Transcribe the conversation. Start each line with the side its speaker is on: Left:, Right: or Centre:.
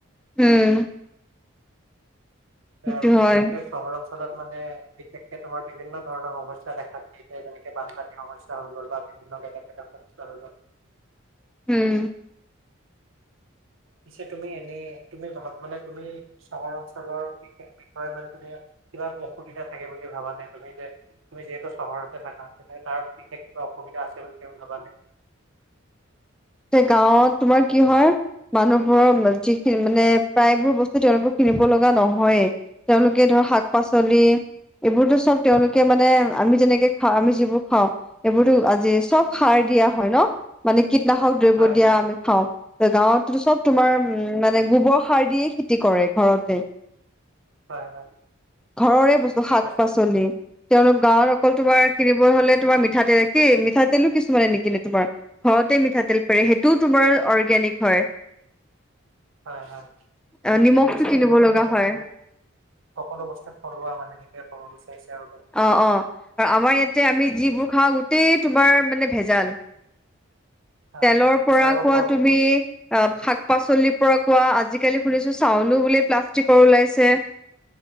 Centre: উম। সেইটো
Right: আৰু বিশেষকে
Centre: হয়
Right: চহৰ অঞ্চলত মানে বিশেষকে তোমাৰ বিভিন্ন ধৰণৰ সমস্যা দেখা দিয়ে যেনেকে বানপানী সমস্যা হৈ গ'ল বা বিভিন্ন <unintelligible>
Centre: উম।
Right: পিছে তুমি এনেই তুমি ভাব মানে তুমি চহৰ অঞ্চলৰ বিষয়ে মানে তুমি কিবা অসুবিধা থাকে বুলি ভাবানে তুমি যে তুমি যিহেতু চহৰতে থাকা তিকে তাৰ বিশেষ কিবা অসুবিধা আছে বুলি তেওঁ ভাবানে?
Centre: সেই গাঁৱত তোমাৰ কি হয় মানুহবোৰৰ যিখিনি মানে প্ৰায়বোৰ বস্তু তেওঁলোকৰ কিনিব লগা নহয়েই তেওঁলোকে ধৰক শাক পাচলি এইবোৰতো চব তেওঁলোকে মানে আমি যেনেকে খাওঁ আমি যিবোৰ খাওঁ এইবোৰতো আজি চব সাৰ দিয়া হয় ন মানে কীট নাশক দ্ৰব্য
Right: হয়
Centre: দিয়া আমি খাওঁ ত গাঁৱততো চব তোমাৰ উম মানে গোবৰ সাৰ দিয়ে খেতি কৰে ঘৰতে
Right: হয় হয়
Centre: ঘৰৰে বস্তু
Right: ঠিকে
Centre: শাক
Right: কৈছা
Centre: পাচলি তেওঁলোক গাঁৱত অকল তোমাৰ কিনিবলে হলে তোমাৰ মিঠাতেল কি মিঠাতেলো কিছুমানে নিকিনে তোমাৰ ঘৰতে মিঠাতেল পেৰে সেইটোও তোমাৰ অৰ্গেনিক হয়
Right: হয় হয় আপুনি
Centre: অ নিমখটো
Right: ঠিকে কৈছে
Centre: কিনিব
Right: মানে সকলো
Centre: লগা
Right: বস্তু
Centre: হয়
Right: সকলো বস্তু থলুৱা মানে সেইটোৱে ক'ব বিচাৰিছে আৰু
Centre: অ অ আৰু আমাৰ ইয়াতে আমি যিবোৰ খাওঁ গোটেই তোমাৰ মানে ভেজাল
Right: <unintelligible>
Centre: তেলৰ
Right: ঠিকে কৈছে
Centre: পৰা
Right: আৰু
Centre: কোৱা
Right: ফল
Centre: তুমি অ শাক পাচলিৰ পৰা কোৱা আজিকালি শুনিছো চাউলো বোলে প্লাষ্টিকৰ ওলাইছে